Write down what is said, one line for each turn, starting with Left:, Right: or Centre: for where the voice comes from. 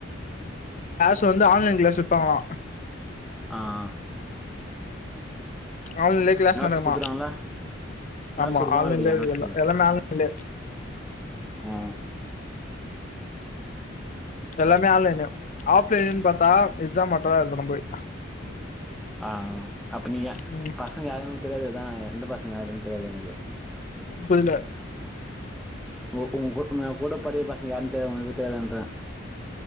Left: ஸு வந்து ஆன்லைன் கிளாஸ் வப்பாங்கலா
Centre: அ ஆ
Left: ஆன்லைன்லே கிளாஸ்
Centre: நோட்ஸ்
Left: நடக்குமா
Centre: குடுத்துட்டாங்களா நோட்ஸ்
Left: ஆமா
Centre: குடுப்பாங்களா
Left: ஆன்லைன்ல
Centre: எப்டி நோட்ஸ்கெல்லா
Left: எல்லா‌ எல்லாமே ஆன்லைன்லயே
Centre: ஆ
Left: இதெல்லாமே ஆன்லைனு ஆஃப்லைனுன் பாத்தா எக்ஸாம் மட்டு தா எழுதனு போய்
Centre: ஆ அப்ப நீ
Left: ம்,
Centre: பசங்க யாரு தெரியாதுதா எந்த பசங்க யாருன்‌தெரியாது எனக்கு
Left: புரில
Centre: உ உங்க கூ உன்ன கூட படிக்கற பசங்க யாருன்னு தெரியாத உனக்கு தெரியாதான்றன்